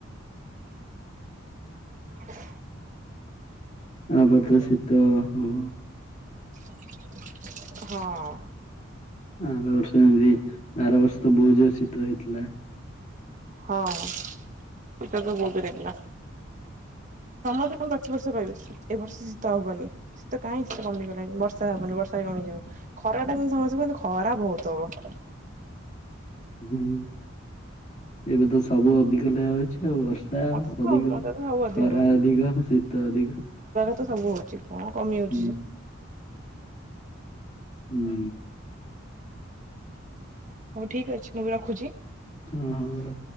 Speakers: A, on the right; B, on the left.
A: ହଁ
B: ଆପରେ ତ ଶୀତ ହଁ।
A: ହଁ।
B: ଆର ବର୍ଷ ଏମତି ଆର ବର୍ଷ ତ ବହୁତ୍ ଜୋର୍ ଶୀତ ହେଇଥିଲା।
A: ହଁ ଶୀତ ତ ବହୁତ ଜୋର୍ ହେଇଥିଲା। ତମ ତେ କଣ ପ୍ରଚ ବର୍ଷ କହିବି? ଏବ ବର୍ଷ ଶୀତ ହବନି ଶୀତ କାହିଁତ କମିଗଲାଣିି ବର୍ଷ ବର୍ଷା ହବନି ବର୍ଷା ବି କମିଯିବ ଖରା ଟା କିନ୍ତୁ ସମସ୍ତେ କୁହନ୍ତି ଖରା ବହୁତ ହବ।
B: ହୁଁ ଏବେ ତ ସବୁ ଅଧିକ ଲେଆ ହଉଛି ଆଉ ବର୍ଷା
A: ମତେ ତ
B: ଅଧିକ
A: ମତେ ତ ସବୁ ଅଧିକ
B: ଖରା ଅଧିକ, ଶୀତ ଅଧିକ।
A: ତ ସବୁ ହଉଛି କଣ କମି ଯାଉଛି
B: ହୁଁ
A: ଯେ
B: ହୁଁ।
A: ହଉ ଠିକ ଅଛି ମୁଁ ଏବେ ରଖୁଛି?
B: ହଁହଁ ର